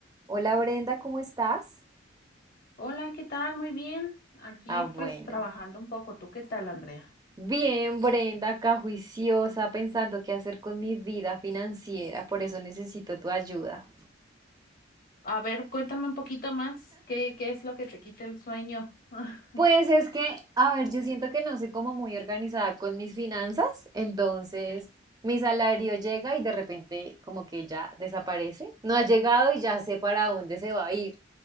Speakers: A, on the right; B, on the left.
A: Hola Brenda, ¿cómo estás?
B: Hola, ¿qué tal? Muy bien. Aquí
A: Ah, bueno.
B: pues trabajando un poco. ¿Tú qué tal, Andrea?
A: Bien, Brenda, acá juiciosa, pensando qué hacer con mi vida financiera, por eso necesito tu ayuda.
B: A ver, cuéntame un poquito más. ¿Qué, qué es lo que te quita el sueño? <laughs>
A: Pues es que, a ver, yo siento que no soy como muy organizada con mis finanzas, entonces
B: Ok.
A: mi salario llega y de repente como que ya desaparece, no ha llegado y ya sé para dónde se va a ir.